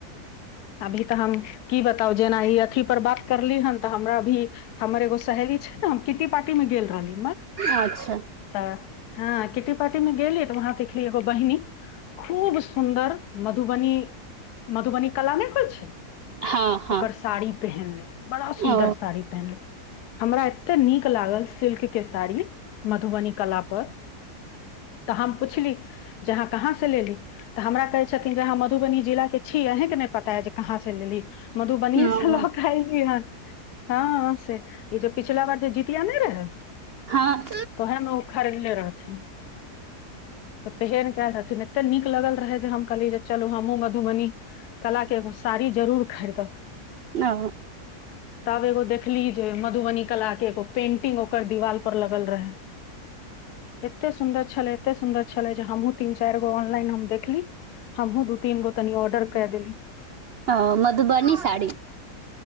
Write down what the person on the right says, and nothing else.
अच्छा
हँ हँ
ओ
ओ
हँ
आ।
ह मधुबनी साड़ी।